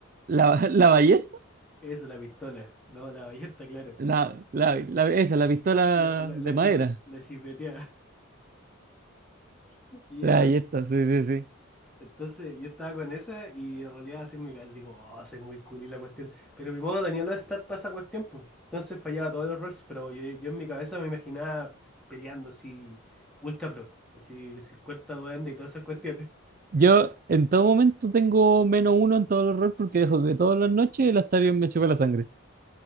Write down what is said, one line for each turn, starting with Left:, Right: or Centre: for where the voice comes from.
Right: la, la ballesta,
Centre: Eso, la pistola. No, la ballesta, claro.
Right: la, la, la- esa, la pistola
Centre: La, la,
Right: de
Centre: la, chipe-
Right: madera.
Centre: la chipeteada. <laughs> Y
Right: La
Centre: esa,
Right: ballesta, sí, sí, sí.
Centre: Entonces yo estaba con esa y en realidad así me cabeza, digo, oh, soy muy cool y la cuestión. Pero mi modo tenía los stats para esa cuestión, pues. Entonces fallaba todos los rolls, pero yo, yo en mi cabeza me imaginaba peleando así, ultra pro, así 50 duendes y todas esas cuestiones. <laughs>
Right: Yo en todo momento tengo menos uno en todos los rolls porque dejo que todas las noches el Astarion me chupa la sangre.